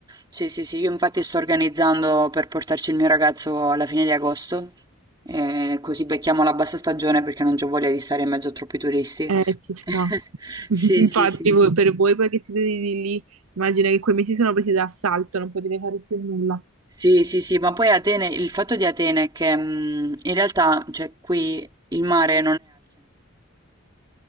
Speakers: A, on the right (about 20°); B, on the right (about 80°).
A: Sì, sì, sì, io infatti sto organizzando per portarci il mio ragazzo alla fine di agosto, eh, così becchiamo la bassa stagione perché non c'ho voglia di stare in mezzo a troppi turisti.
B: eh, ci sta.
A: <laughs>
B: <laughs>
A: Sì,
B: Infatti,
A: sì, sì.
B: voi- per voi poi che siete lì, lì, immagino che quei mesi sono presi d'assalto, non potete fare più nulla.
A: Sì, sì, sì, ma poi Atene, il fatto di Atene è che mh, in realtà, cioè, qui il mare